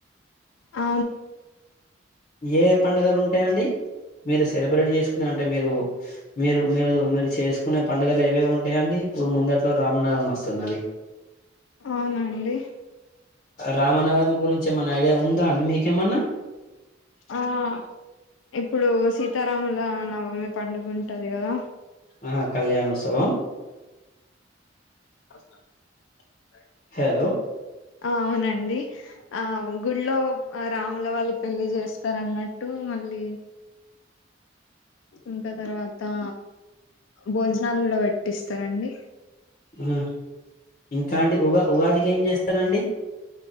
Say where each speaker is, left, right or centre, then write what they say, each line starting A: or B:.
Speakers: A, on the left (about 80°); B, on the left (about 40°).
A: ఆ
B: ఏ పండుగలు ఉంటాయండి మీరు సెలబ్రేట్ చేసుకుని అంటే మీరు మీరు మీరు మీరు చేస్ కునే పండగలు ఏవేవ్ ఉన్ ఉంటాయ్ అండి ఇప్పుడు ముంగట్లో రామ్ నవమి వస్తున్నది
A: అవునండి
B: రామనవమి గురించి ఏమన్న ఐడియా ఉందా అండి మీకేమన్నా
A: ఆ ఇప్ ఇప్పుడు సీతారాముల నవమి పండుగ ఉంటది కదా
B: ఆ కళ్యాణోత్సవం
A: ాల
B: హలో
A: ఆ అవునండి ఆ గుళ్ళో అ రాముల వాళ్ళి పెళ్లి చేస్తారన్నట్టు మళ్ళీ ఇంకా తర్వాత తా భోజనాలు గుడా పెట్టిస్తారండి
B: హుమ్ ఇంకా అండి ఉగ ఉగాదికి ఏం చేస్తారండి